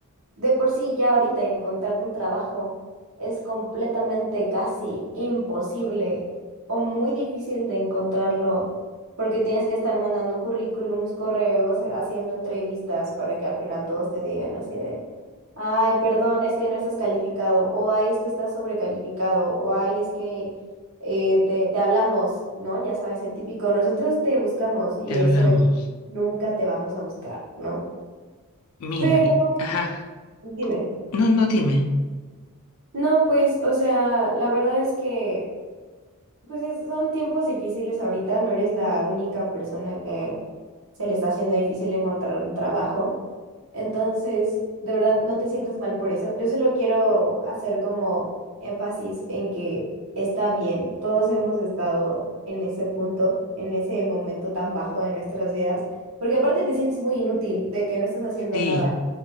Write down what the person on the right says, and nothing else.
De por sí ya ahorita encontrar un trabajo es completamente casi imposible o muy difícil de encontrarlo porque tienes que estar mandando currículums, correos, eh, haciendo entrevistas para que al final todos te digan así de, ay, perdón, es que no estás calificado o ay, es que estás sobrecalificado o ay, es que eh, te, te hablamos, ¿no? Ya sabes, el típico, nosotros te buscamos y
eso es, nunca te vamos a buscar, ¿no?
Pero
dime.
No, pues, o sea, la verdad es que, pues es- son tiempos difíciles ahorita, no eres la única persona que se le está haciendo difícil encontrar un trabajo. Entonces, de verdad, no te sientas mal por eso. Yo solo quiero hacer como énfasis en que está bien, todos hemos estado en ese punto, en ese momento tan bajo de nuestras vidas, porque aparte te sientes muy inútil de que no estás haciendo
nada,